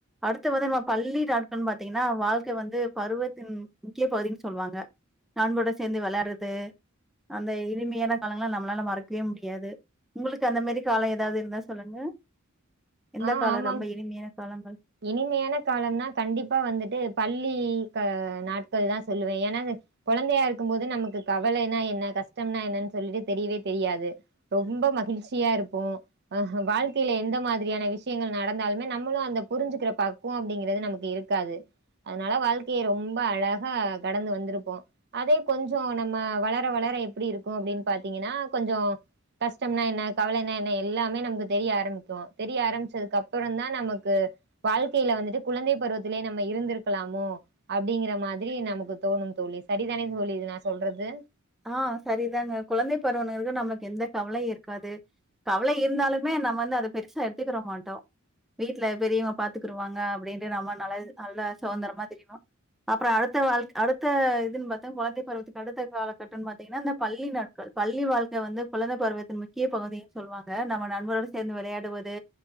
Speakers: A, in the centre; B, on the right.
A: அடுத்து வந்து நம்ம பள்ளி நாட்கள்னு பாத்தீங்கனா வாழ்க்கை வந்து பருவத்தின் முக்கிய பகுதின்னு சொல்வாங்க நண்பரோட சேந்து வெளாட்றது அந்த இனிமையான காலங்களா நம்ளால மறக்வே முடியாது உங்ளுக்கு அந்தமேரி காலோ எதாவது இருந்தா சொல்லுங்க எந்த
B: ஆ
A: காலோ
B: ஆமாம்
A: ரொம்ப இனிமையான காலங்கள்
B: இனிமையான காலம்னா கண்டிப்பா வந்துட்டு பள்ளி க நாட்கள் தா சொல்லுவே ஏனா குழந்தையா இருக்கும் போது நமக்கு கவலைனா என்ன கஷ்டம்னா என்னனு சொல்லிட்டு தெரியவே தெரியாது ரொம்ப மகிழ்ச்சியா இருப்போ அ வாழ்க்கைல எந்த மாதிரியான விஷியங்கள் நடந்தாலுமே நம்மளு அந்த புரிஞ்சுக்கிற பக்குவோ அப்டிங்கிறது நமக்கு இருக்காது அதனால வாழ்க்கைய ரொம்ப அழகா கடந்து வந்துருப்போ அதே கொஞ்சோ நம்ம வளர வளர எப்டி இருக்கு அப்டின் பாத்தீங்கனா கொஞ்சோ கஷ்டம்னா என்ன கவலைனா என்ன எல்லாமே நமக்கு தெரிய ஆரம்பிக்கு தெரிய ஆரம்பிச்சதுக்கு அப்றோதா நமக்கு வாழ்க்கையில வந்துட்டு குழந்தை பருவத்திலயே நம்ம இருந்திருக்கலாமோ அப்டிங்குற மாதிரி நமக்கு தோணு தோழி சரிதானே தோழி இது நா சொல்றது
A: ஆ சரிதாங்க குழந்தை பருவனு நம்ளுக்கு எந்த கவலையு இருக்காது கவலை இருந்தாலுமே நம்ம வந்து அத பெருசா எடுத்துக்குர மாட்டோ வீட்ல பெரியவங்க பாத்துக்குருவாங்க அப்டின்டு நம்ம நல்லா நல்லா சுதந்திரமா திரியனு அப்றோ அடுத்த வாழ்க் அடுத்த இதுன்னு பாத்தா கொழந்தை பருவத்துக்கு அடுத்த காலகட் ங்கனு பாத்தீங்கனா இந்த பள்ளி நாட்கள் பள்ளி வாழ்க்க வந்து குழந்த பருவத்தின் முக்கிய பகுதின்னு சொல்வாங்க நம்ம நண்பரோட சேர்ந்து வெளயாடுவது